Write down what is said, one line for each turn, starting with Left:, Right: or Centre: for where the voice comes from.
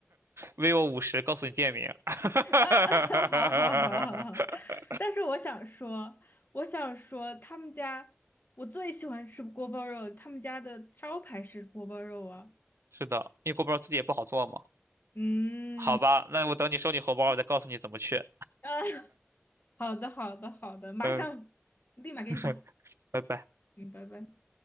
Right: 微我五十，告诉你店名。
Left: 啊，<laughs>
Right: <laughs>
Left: 好好好好好。但是我想说，我想说，他们家我最喜欢吃锅包肉，他们家的招牌是锅包肉啊。
Right: 是的，因为锅包肉自己也不好做嘛。
Left: 嗯，
Right: 好吧，那我等你收你红包，我再告诉你怎么去。
Left: 啊，<laughs> 好的好的好的，马上立马给你发。
Right: 嗯，<laughs> 拜拜。
Left: 嗯，拜拜。